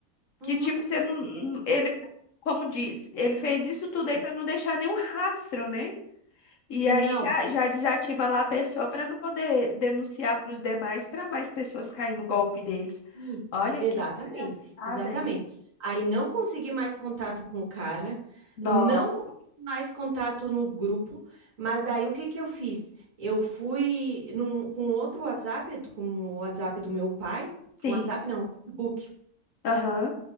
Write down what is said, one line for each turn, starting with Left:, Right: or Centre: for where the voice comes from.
Right: Uhum.
Left: que tipo, você não. não-
Right: E
Left: Ele, como diz, ele fez isso tudo aí pra não deixar nenhum rastro, né? E
Right: não,
Left: aí já, já desativa lá a pessoa para não poder denunciar para os demais, para mais pessoas caírem no golpe deles.
Right: isso,
Left: Olha
Right: exatamente,
Left: que palhaçada
Right: exatamente.
Left: aí.
Right: Aí não consegui mais contato com o cara,
Left: Nossa,
Right: não consegui mais contato no grupo, mas daí o que que eu fiz? Eu fui num, com outro WhatsApp, com o WhatsApp do meu pai,
Left: sim.
Right: com o WhatsApp não, Facebook.
Left: Aham.